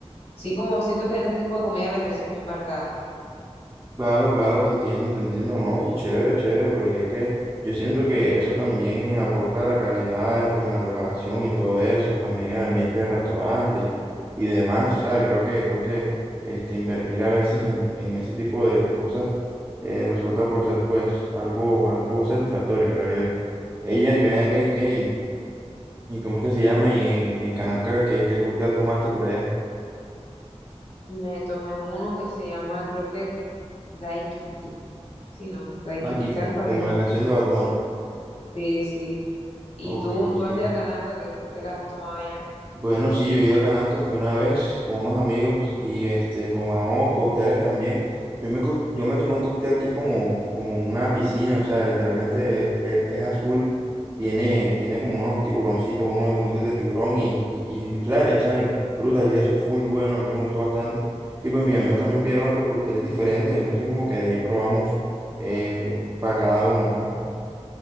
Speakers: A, on the left (about 70°); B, on the right (about 20°).
A: sí como siento que en ese tipo de comida la diferencia es muy marcada.
B: Claro, claro, te entiendo, te entiendo, ¿no? Y chévere, chévere, porque es que yo siento que eso también aporta a la calidad, pues, en la preparación y todo eso, también el ambiente del restaurante y, y demás, o sea, creo que, creo que, este, invertir a veces en, en ese tipo de, de cosas eh, resulta por ser, pues, algo, algo satisfactorio, creo yo. Ella, y ven acá, ¿y qué? ¿Y, y cómo es que se llama? ¿Y en, en Canapca qué, qué cóctel tomaste por allá?
A: Me tomé uno que se llama, creo que Daikiti. Sí, no, Daikiti,
B: Ah, Kitty.
A: ¿sabes cuál
B: Como
A: es?
B: la canción de Bad Bunny.
A: Sí, sí. ¿Y
B: Ok,
A: tú,
B: ok.
A: tú has ido a Canapca, qué cócteles has tomado allá?
B: Bueno, sí, yo he ido a Canasco, fui una vez con unos amigos y este tomamos cócteles también. Yo me, co- yo me tomé un cóctel que es como, como una piscina, o sea, literalmente es, es- es azul, tiene, tiene como unos tiburoncitos, unos gomitas de tiburón y, y, y, tú sabes, le echan frutas y eso, es full bueno, a mí me gustó bastante. Y pues mis amigos también pidieron otro cóctel diferente, entonces como que de ahí probamos eh, para cada uno, ¿no?